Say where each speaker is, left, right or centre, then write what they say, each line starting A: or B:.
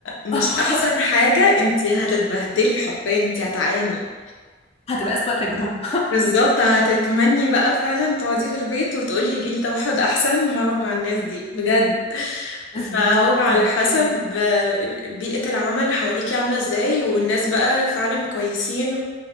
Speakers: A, on the left; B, on the left.
A: مش
B: <laughs>
A: احسن حاجة انتي هتتبهدلي حرفيا انتي هتعاني
B: هتبقى أسوأ تجربة
A: بالظبط هتتمني بقى فعلا تقعدي في البيت وتقولي يجيلي توحد احسن ما اقعد مع الناس دي بجد
B: <laughs> بالظبط
A: فهو على
B: دي
A: حسب
B: حقيقة.
A: آه، بيئة العمل حواليكي عاملة ازاي والناس بقى فعلا كويسين